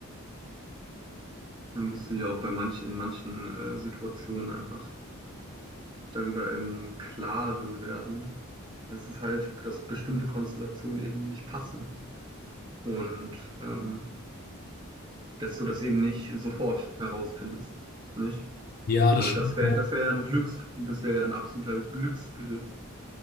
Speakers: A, on the right (about 20°); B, on the left (about 40°).
A: dann musst du dir auch bei manchen, in manchen äh, Situationen einfach darüber im Klaren werden, dass es halt, dass bestimmte Konstellationen eben nicht passen und ähm, dass du das eben nicht sofort herausfindest, nicht?
B: Ja,
A: Also
B: das schon.
A: das wäre, das wäre ein Glücks, das wäre ein absoluter Glücksgriff.